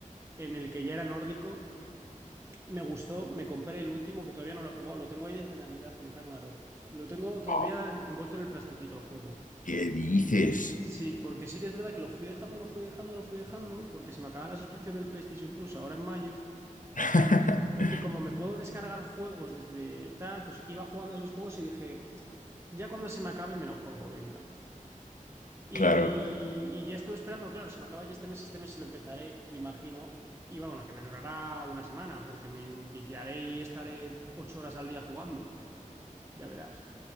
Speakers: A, on the right; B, on the left.
A: en el que ya era nórdico. Me gustó, me compré el último que todavía no lo he jugado. Lo tengo ahí desde Navidad, el Ragnarok. Lo tengo todavía
B: Oh,
A: en- envuelto en el plastiquito el juego.
B: ¿qué dices?
A: Sí, porque sí que es verdad que lo fui dejando, lo fui dejando, lo fui dejando, porque se me acaba la suscripción del PlayStation Plus ahora en mayo.
B: <laughs>
A: Y como me puedo descargar juegos desde tal, pues iba jugando a esos juegos y dije, ya cuando se me acabe me lo juego, venga. Y,
B: Claro.
A: y ya estuve esperando, claro, se me acaba ya este mes, este mes lo empezaré, me imagino. Y bueno, que me durará una semana, porque me enviciaré y estaré ocho horas al día jugando. Ya verás.